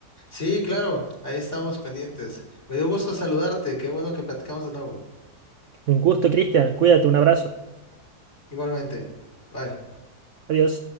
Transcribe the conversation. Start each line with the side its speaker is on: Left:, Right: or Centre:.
Left: Sí, claro, ahí estamos pendientes. Me dio gusto saludarte, qué bueno que platicamos de nuevo.
Right: Un gusto, Cristian. Cuídate, un abrazo.
Left: Igualmente, bye.
Right: Adiós.